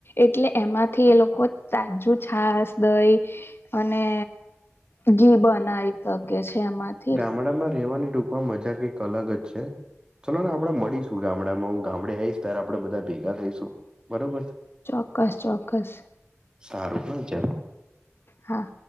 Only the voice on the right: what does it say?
ડામાં રેવાની ટૂંકવામાં મજા કઈક અલગ જ છે ચલો ને આપડે મળીશું ગામડામાં હું ગામડે આવીશ ત્યારે આપડે બધા ભેગા થઈશું બરોબર
સારું પણ ચાલ